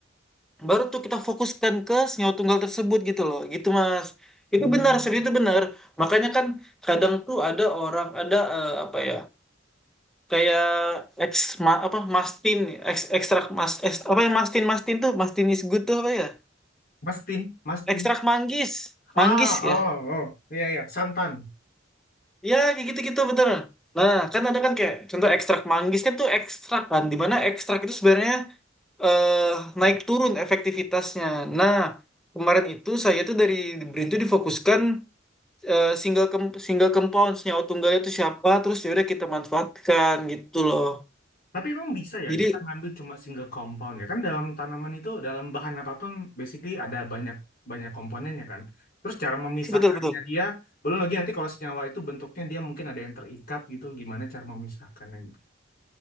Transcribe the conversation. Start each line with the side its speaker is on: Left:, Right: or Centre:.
Centre: baru tuh kita fokuskan ke senyawa tunggal tersebut gitu loh gitu mas itu
Left: Hmm.
Centre: benar seperti itu benar makanya kan kadang tuh ada orang ada eh, apa ya kayak ex ma- apa mastin ex ekstrak mas es- apa yang mastin mastin tuh mastin is good tuh apa ya
Left: Mastin Mastin
Centre: ekstrak manggis
Left: ah
Centre: manggis ya
Left: oh oh iya iya santan
Centre: Ya, kayak gitu-gitu betul. Nah, kan ada kan kayak contoh ekstrak manggis kan tuh ekstrak kan, di mana ekstrak itu sebenarnya eh, naik turun efektivitasnya. Nah, kemarin itu saya tuh dari BRIN tuh difokuskan eh, single com- single compound senyawa tunggalnya itu siapa, terus ya udah kita manfaatkan gitu loh.
Left: Tapi emang bisa ya
Centre: Jadi
Left: kita ngambil cuma single compound ya kan dalam tanaman itu dalam bahan apapun basically ada banyak banyak komponennya kan. Terus cara memisahkannya
Centre: iya, betul betul.
Left: dia belum lagi nanti kalau senyawa itu bentuknya dia mungkin ada yang terikat gitu gimana cara memisahkannya gitu.